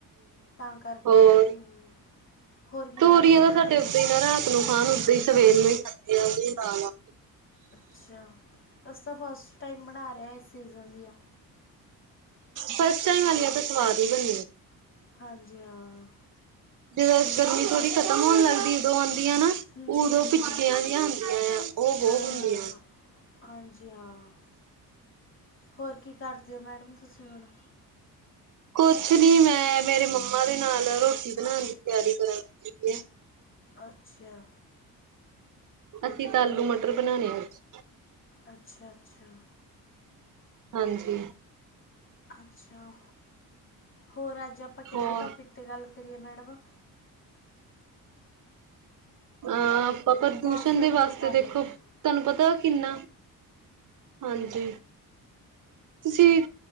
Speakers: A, on the left; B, on the right.
A: ਤਾਂ ਕਰਕੇ,
B: ਹੋਰ
A: ਹੂੰ। ਹੋਰ ਕੀ
B: ਤੋਰੀਆਂ
A: ਕਰਦੇ ਹੋ
B: ਤਾਂ
A: ਮੈਡਮ
B: ਸਾਡੇ ਓ ਈ ਨਾ ਰਾਤ ਨੂੰ ਖਾਣ ਓਦਾਂ ਈਂ ਸਵੇਰ ਨੂੰ ਹੀ ਖਾਂਦੇ ਆ ਓ ਲਾ-ਲਾ।
A: ਅੱਛਾ, ਅਸੀ ਤਾਂ ਫਸਟ ਟਾਈਮ ਬਣਾ ਰੇਆ, ਏਸ ਸੀਜਨ ਦੀਆਂ।
B: ਫਸਟ ਟਾਈਮ ਵਾਲੀਆਂ ਤਾਂ ਸਵਾਦ ਈ ਬਣਨੀਆਂ।
A: ਹਾਂਜੀ, ਹਾਂ।
B: ਜਦੋਂ ਗਰਮੀ ਥੋੜੀ ਖਤਮ ਹੋਣ ਲਗਦੀ ਓਦੋਂ ਆਂਦੀ ਆ ਨਾ
A: ਹਮ, ਹਮ,
B: ਉਦੋਂ ਪਿਚਕੀਆਂ
A: ਹਮ,
B: ਦੀਆਂ ਹੁੰਦੀਆਂ ਯਾ, ਓ ਬੋਤ
A: ਹਾਂ
B: ਹੁੰਦੀਆਂ।
A: ਹਾਂ ਹਾਂਜੀ ਹਾਂ, ਹੋਰ ਕੀ ਕਰਦੇ ਹੋ ਮੈਡਮ ਤੁਸੀਂ ਹੁਣ?
B: ਕੋਛ ਨੀ ਮੈਂ ਮੇਰੇ ਮੰਮਾ ਦੇ ਨਾਲ ਰੋਟੀ ਬਣਾਣ ਦੀ ਤਿਆਰੀ ਕਰਨ ਲੱਗੀ ਦੀਆਂ।
A: ਅੱਛਾ।
B: ਅਸੀਂ ਤਾ ਆਲੂ ਮਟਰ ਬਣਾਣੇ ਅੱਜ।
A: ਅੱਛਾ-ਅੱਛਾ।
B: ਹਾਂਜੀ।
A: ਅੱਛਾ, ਹੋਰ ਅੱਜ ਆਪਾਂ ਕੇੜੇ
B: ਹੋਰ
A: ਟੋਪਿਕ 'ਤੇ ਗੱਲ ਕਰੀਏ ਮੈਡਮ?
B: ਅਹ ਆਪਾਂ ਪ੍ਰਦੂਸ਼ਣ
A: ਮੌਸਮ
B: ਦੇ ਵਾਸਤੇ
A: ਤੇ ਕਰ
B: ਦੇਖੋ
A: ਲੈਣੇ ਹਾਂ।
B: ਤੁਆਨੂੰ ਪਤਾ ਕਿੰਨਾ, ਹਾਂਜੀ। ਤੁਸੀ